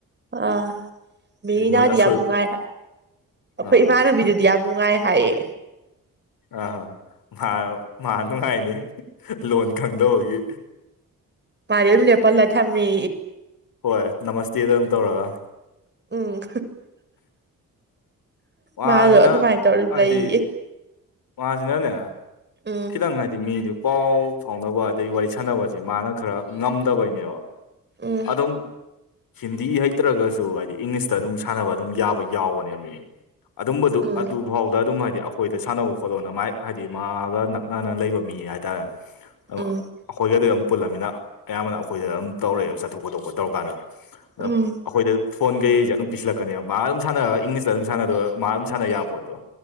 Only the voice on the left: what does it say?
ꯃꯣꯏ ꯑꯁꯣꯏ
ꯑꯥ
ꯑ ꯍ ꯃꯥ ꯃꯥ ꯅꯨꯡꯉꯥꯏꯅꯤ ꯂꯣꯟ ꯈꯪꯗꯧꯕꯒꯤ
ꯍꯣꯏ ꯅꯃꯁꯇꯦꯗ ꯑꯗꯨꯝ ꯇꯧꯔꯒ
ꯃꯥꯁꯤꯅ
ꯍꯥꯏꯗꯤ
ꯃꯥꯁꯤꯅꯅꯦ
ꯈꯤꯇꯪ ꯍꯥꯏꯗꯤ ꯃꯤꯗꯨ ꯄꯥꯎ ꯐꯥꯎꯅꯕ ꯑꯗꯩ ꯋꯥꯔꯤ ꯁꯥꯟꯅꯕꯁꯦ ꯃꯥꯅ ꯈꯔ ꯉꯝꯗꯕꯩꯅꯦꯕ
ꯑꯗꯨꯝ ꯍꯤꯟꯗꯤ ꯍꯩꯇ꯭ꯔꯒꯁꯨ ꯍꯥꯏꯗꯤ ꯏꯪꯂꯤꯁꯇ ꯑꯗꯨꯝ ꯁꯥꯟꯅꯕ ꯑꯗꯨꯝ ꯌꯥꯕ ꯌꯥꯎꯕꯅꯦꯕ ꯃꯤ ꯑꯗꯨꯝꯕꯗꯨ
ꯑꯗꯨꯐꯥꯎꯗ ꯑꯗꯨꯝ ꯍꯥꯏꯗꯤ ꯑꯩꯈꯣꯏꯗ ꯁꯥꯟꯅꯕ ꯈꯣꯠꯂꯣꯅ ꯃꯥꯏ ꯍꯥꯏꯗꯤ ꯃꯥꯒ ꯅꯛꯅꯅ ꯂꯩꯕ ꯃꯤ ꯍꯥꯏꯇꯥꯔꯦ ꯑꯩꯈꯣꯏꯒꯗꯤꯝ
ꯄꯨꯜꯂꯃꯤꯅ ꯑꯌꯥꯝꯕꯅ ꯑꯩꯈꯣꯏꯗ ꯑꯗꯨꯝ ꯇꯧꯔꯛꯑꯦꯕ ꯆꯠꯊꯣꯛ ꯈꯣꯇꯣꯛꯄ ꯇꯧꯔ ꯀꯥꯟꯗ ꯑꯗꯨꯝ
ꯑꯩꯈꯣꯏꯗ ꯐꯣꯟ ꯀꯩꯁꯦ ꯑꯗꯨꯝ ꯄꯤꯁꯤꯜꯂꯛꯀꯅꯦꯕ ꯃꯥ ꯑꯗꯨꯝ ꯁꯥꯟꯅ ꯏꯪꯂꯤꯁꯇ ꯑꯗꯨꯝꯥꯟꯅꯅꯕꯣ ꯃꯥ ꯑꯗꯨꯝ ꯁꯥꯟꯅ ꯌꯥꯕ ꯄꯣꯠꯇꯣ